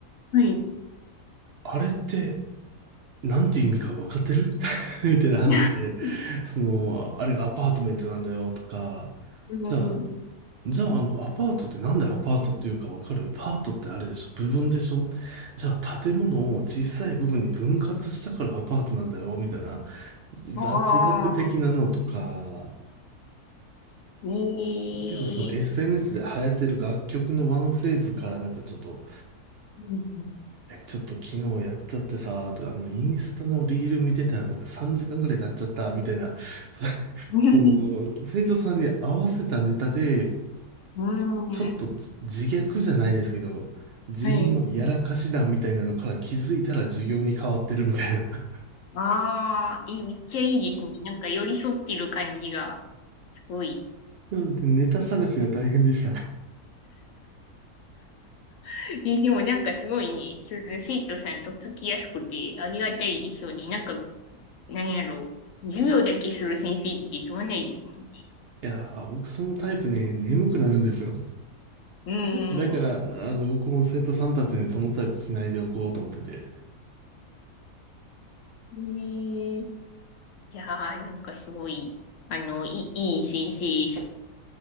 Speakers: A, on the left; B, on the right.
A: はい。
B: あれって、なんていう意味か分かってる <laughs> みたいな話で、
A: <laughs>
B: その、あれがアパートメントなんだよとか、
A: うん。
B: じゃあ、じゃあ、あの、アパートってなんでアパートっていうかわかるパートってあれでしょ部分でしょじゃあ、建物を小さい部分に分割したからアパートなんだよ、みたいな
A: ああ、
B: 雑学的なのとか、
A: いい。
B: 結構その SNS で流行ってる楽曲のワンフレーズからなんかちょっと、
A: うん。
B: いや、ちょっと昨日やっちゃってさ、とかあの、インスタのリール見てたらなんか3時間ぐらい経っちゃった、みたいな、そ
A: <laughs>
B: <laughs> その、生徒さんに合わせたネタで、
A: う
B: ちょっとじ自虐じゃないですけど、
A: ん。
B: 自分のやらかし談みたいなのから気づいたら授業に変わってるみたいな。
A: はい。
B: <laughs>
A: ああ、え、めっちゃいいですね。なんか寄り添ってる感じが、すごい。
B: なので <laughs> ネタ探しが大変でした。<laughs> い
A: <laughs> え、でもなんかすごいね、その生徒さんとっつきやすくてありがたいでしょうね。なんか、なんやろう。授業だけする先生ってつまんないですもんね。
B: やー、僕そのタイプね、眠くなるんですよ。
A: うーん。
B: だから、あの、僕も生徒さんたちにそのタイプしないでおこうと思ってて。
A: ねえいやー、なんかすごい、あの、いい、いい先生さ